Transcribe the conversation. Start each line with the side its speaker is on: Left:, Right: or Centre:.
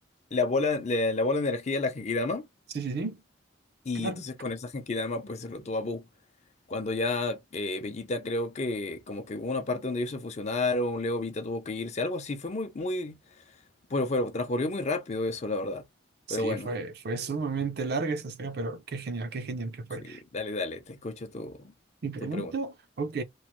Left: la bola, la, la bola de energía, la Genkidama,
Right: sí, sí, sí.
Left: y
Right: Claro.
Left: entonces con esa Genkidama pues derrotó a Buu. Cuando ya eh, Vegeta creo que como que hubo una parte donde ellos se fusionaron, Leo Vegeta tuvo que irse, algo así, fue muy, muy, bueno, fue, transcurrió muy rápido eso, la verdad.
Right: Sí,
Left: Pero bueno,
Right: fue, fue sumamente larga esa saga, pero qué genial, qué genial que fue.
Left: sí, dale, dale, te escucho tu,
Right: Mi pregunta,
Left: tu pregunta.
Right: ok.